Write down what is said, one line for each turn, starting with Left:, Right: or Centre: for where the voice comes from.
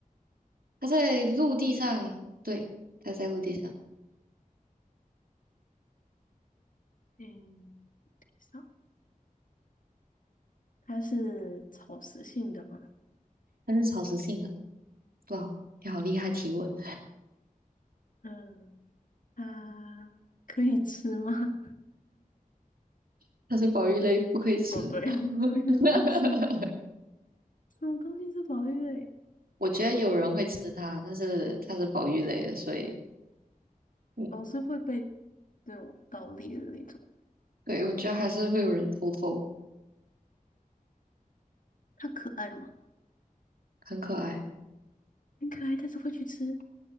Right: 它在陆地上，对，它在陆地上，
Left: 嗯，地上。它是草食性的吗？
Right: 它是草食性的。哇，你好厉害提问，
Left: 嗯。它可以吃吗？<laughs>
Right: <laughs> 它是保育类，不可以吃。
Left: 哦，对，<laughs>
Right: <laughs>
Left: 宝玉不能吃。什么东西是宝玉类？
Right: 我觉得有人会吃它，但是它是保育类的，所以嗯，
Left: 哦，是会被那种盗猎的那种。
Right: 对，我觉得还是会有人偷偷，
Left: 它可爱吗？
Right: 很可爱。
Left: 很可爱，但是会去吃。